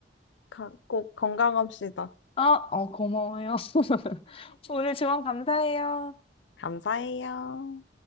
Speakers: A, on the left; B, on the left.
A: 가- 꼭 건강합시다.
B: 아, 어, 고마워요. <laughs> 오늘 조언 감사해요.
A: 감사해요.